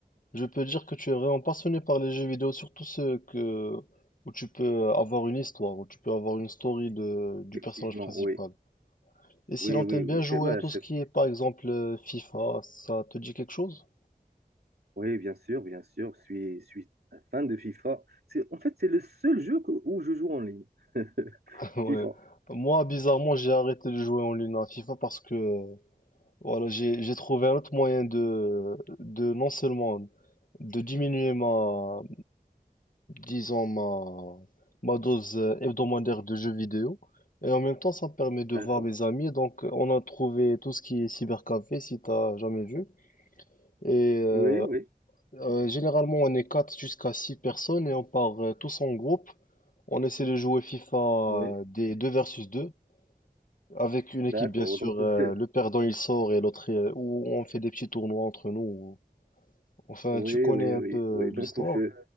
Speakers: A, on the left (about 55°); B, on the right (about 80°).
A: Je peux dire que tu es vraiment passionné par les jeux vidéo, surtout ceux que, où tu peux avoir une histoire, où tu peux avoir une story de, du
B: effectivement,
A: personnage principal.
B: oui.
A: Et sinon,
B: Oui, oui,
A: t'aimes
B: oui,
A: bien jouer
B: c'est vrai,
A: à tout
B: c'est-
A: ce qui est, par exemple, euh, FIFA, ça te dit quelque chose?
B: Oui, bien sûr, bien sûr, je suis, je suis un fan de FIFA. C'est, en fait, c'est le seul jeu que- où je joue en ligne, <laughs>
A: <laughs> Ouais.
B: FIFA.
A: Moi, bizarrement, j'ai arrêté de jouer en ligne à FIFA parce que euh, Voilà, j'ai j'ai trouvé un autre moyen de de non seulement de diminuer ma disons ma ma dose hebdomadaire de jeux vidéo et en même temps ça me permet de
B: D'accord.
A: voir mes amis donc on a trouvé tout ce qui est cybercafé si t'as jamais vu et euh,
B: Oui, oui,
A: euh, généralement on est 4 jusqu'à 6 personnes et on part euh, tous en groupe on essaie de jouer FIFA
B: oui.
A: euh, des 2 versus 2. Avec une équipe,
B: D'accord.
A: bien sûr,
B: Donc
A: euh,
B: vous faites.
A: le perdant il sort et l'autre, euh, ou on fait des petits tournois entre nous. ou- Enfin,
B: Oui,
A: tu connais
B: oui,
A: un
B: oui,
A: peu euh,
B: oui. Donc
A: l'histoire
B: vous faites.